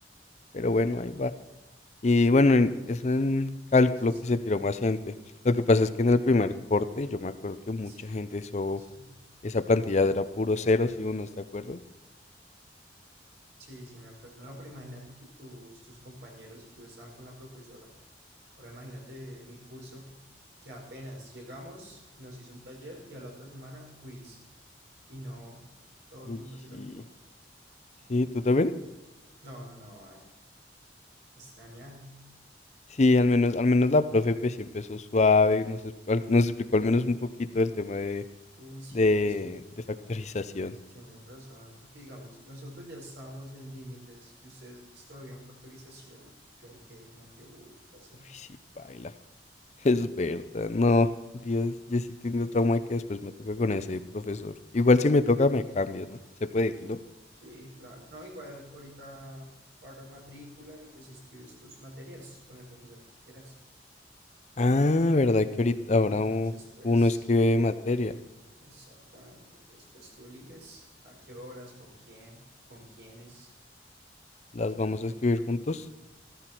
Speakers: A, on the left; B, on the right.
A: Pero bueno, ahí va. Y bueno, en- es un cálculo
B: Ah, Eso está
A: que se
B: bien.
A: tiró más gente. Lo que pasa es que en el primer corte yo me acuerdo
B: Uy,
A: que mucha
B: sí,
A: gente
B: cálculo,
A: hizo
B: sí.
A: esa plantilla era puro ceros y unos, ¿te acuerdas?
B: Sí, sí, me acuerdo. No, pero imagínate que tus, tus compañeros y tú estaban con la profesora. Ahora imagínate mi curso, que apenas llegamos, nos hizo un taller y a la otra semana quiz. Y no, todo el
A: Uy,
B: mundo se la
A: sí.
B: tiró.
A: Sí, ¿tú también?
B: No, no, no, ahí Extraña.
A: Sí, al menos, al menos la profe pues sí empezó suave, nos, es- al- nos explicó al menos un poquito del tema de
B: Uy, sí,
A: de,
B: es que
A: de factorización.
B: tienen razón, porque digamos, nosotros ya estábamos en límites y ustedes todavía en factorización. Yo ahí que, como que, uy, ¿qué pasó?
A: Uy, sí, paila <laughs> Es verdad. No, Dios, yo sí tengo trauma que después me toca con ese profesor. Igual si me toca, me cambio, ¿no? Se puede, ¿no?
B: Sí, claro. No, igual ahorita pagas matrícula y pues inscribes tus materias con el profesor que quieras.
A: Ah, ¿verdad que ahorita
B: Entonces,
A: ahora u-
B: pues,
A: uno escribe materias?
B: exactamente. Entonces, pues tú eliges a qué horas, con quién, con quiénes.
A: ¿Las
B: Entonces,
A: vamos
B: bien.
A: a escribir juntos?